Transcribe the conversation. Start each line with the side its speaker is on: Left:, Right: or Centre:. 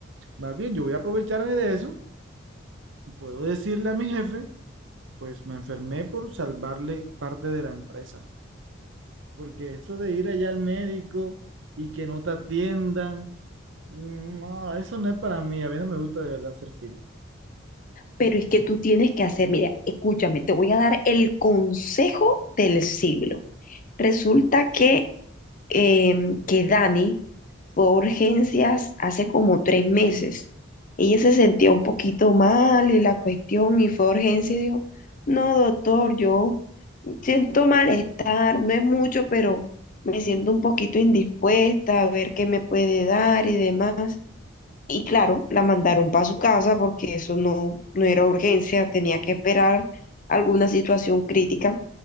Right: Más bien, yo voy a aprovecharme de eso. Puedo decirle a mi jefe, pues me enfermé por salvarle parte de la empresa, porque eso de ir allá al médico y que no te atiendan Mm, No, eso no es para mí. A mí no me gusta de verdad hacer fila.
Left: Pero es que tú tienes que hacer, mira, escúchame, te voy a dar el consejo del siglo. Resulta que em, que Dani fue a urgencias hace como tres meses. Ella se sentía un poquito mal y la cuestión y fue a urgencias y dijo, no, doctor, yo siento malestar, no es mucho, pero me siento un poquito indispuesta a ver qué me puede dar y demás. Y claro, la mandaron para su casa porque eso no, no era urgencia, tenía que esperar alguna situación crítica.